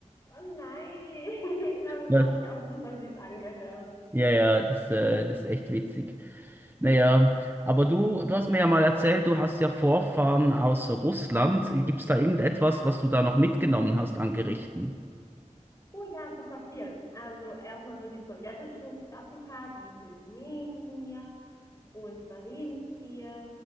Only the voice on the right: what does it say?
Ja,
ja, ja, das äh, ist echt witzig. Naja, aber du, du hast mir ja mal erzählt, du hast ja Vorfahren aus Russland. Gibt's da irgendetwas, was du da noch mitgenommen hast an Gerichten?